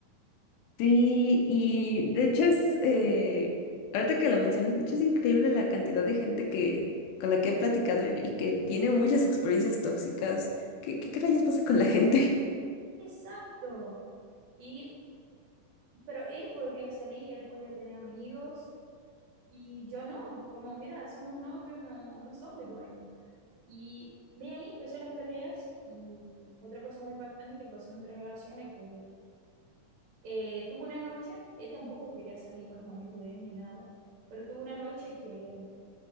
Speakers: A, on the left (about 85°); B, on the right (about 75°).
A: Sí, y de hecho es, eh, ahorita que lo mencionas, de hecho es increíble la cantidad de gente que, con la que he platicado y que tiene muchas experiencias tóxicas. ¿Qué, qué, qué rayos pasa con la gente?
B: Exacto. Y, pero él podría salir, él podría tener amigos, y yo no. Como, mira, somos novios, no, no sos mi dueño. Y de ahí empezó las peleas y otra cosa muy impactante que pasó en nuestras relaciones, que eh, tuvo una noche, él tampoco quería salir con los amigos de él ni nada, pero tuvo una noche que